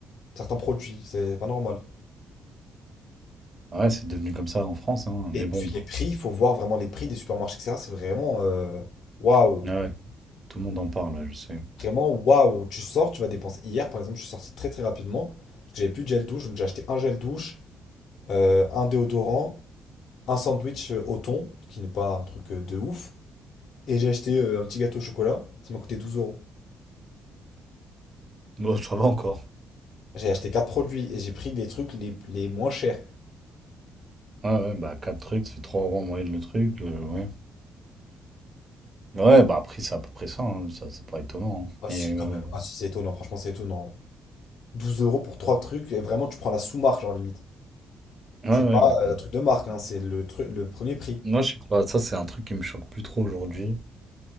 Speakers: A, on the left (about 65°); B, on the right (about 30°).
A: certains produits. C'est pas normal.
B: Ah Ouais, c'est devenu comme ça en France, hein. Mais
A: Et puis,
B: bon,
A: les prix, il faut voir vraiment les prix des supermarchés, etc. C'est vraiment. euh, Waouh!
B: ouais, ouais. Tout le monde en parle, ouais, je sais.
A: Vraiment, waouh! Tu sors, tu vas dépenser. Hier, par exemple, je suis sorti très, très rapidement. Parce que j'avais plus de gel douche, donc j'ai acheté un gel douche. euh, un déodorant, un sandwich euh, au thon, qui n'est pas un truc euh, de ouf, et j'ai acheté euh, un petit gâteau au chocolat, ça m'a coûté douze euros.
B: Bon, ça va encore.
A: J'ai acheté quatre produits et j'ai pris les trucs les, les moins chers.
B: Ouais, ouais, bah, quatre trucs, ça fait 3 euros en moyenne le truc, euh, ouais. Ouais, bah, après, c'est à peu près ça, hein, Ça, c'est pas étonnant. hein.
A: Ah
B: Mais,
A: si, quand
B: euh,
A: même. Ah si, c'est étonnant, franchement, c'est étonnant. douze euros pour trois trucs, et vraiment, tu prends la sous-marque, genre limite.
B: ouais,
A: C'est
B: ouais,
A: pas
B: mais bon.
A: euh, un truc de marque, hein, c'est le, truc le premier prix.
B: Moi, je sais pas, ça c'est un truc qui me choque plus trop aujourd'hui.